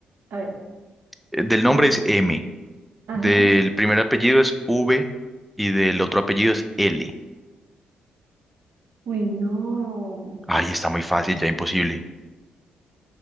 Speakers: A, on the right; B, in the centre.
A: A ver.
B: Eh, del nombre es M,
A: Ajá.
B: del primer apellido es V y del otro apellido es L.
A: Uy, no.
B: Ay, está muy fácil, ya imposible.